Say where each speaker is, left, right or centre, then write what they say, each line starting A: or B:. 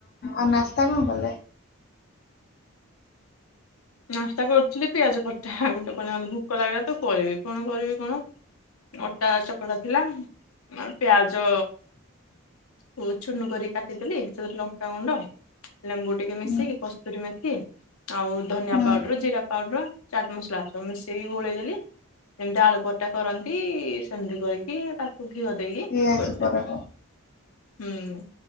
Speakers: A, on the left; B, on the left.
A: ଆଉ ନାସ୍ତା କଣ କଲେ।
B: ନାସ୍ତା କରୁଥିଲି ପିଆଜ ପ ଗୋଟେ ମତେ ଭୋକ ଲାଗିଲା ତ ତ କରିବି କଣ କରିବି କଣ ଅଟା ଚକଟା ଥିଲା ଆ ପିଆଜ ଯ ଚୁନୁ କରି କାଟିଦେଲି ସେଥିରେ ଲ୍ ଲଙ୍କା ଗୁଣ୍ଡ ଲେମ୍ବୁ ଟିକେ ମିଶେଇିକି
A: ଉଁ,
B: କସ୍ତୁରୀ ମେଥି ଆଉ ଧନିଆ
A: ହୁଁ
B: ପାଉଡର ଜିରା ପାଉଡର ଚାଟ୍ ମସଲା ସବୁ ମିଶେଇକି ଗୋଳେଇଦେଲି ଯେମିତି ଆଳୁ ପରଟା କରନ୍ତି ସେମିତି କରିକି ତାକୁ ଘିଅ ଦେଇକି
A: ପିଆଜି
B: କରିଦେଲି।
A: ପରଟା
B: ହୁଁ।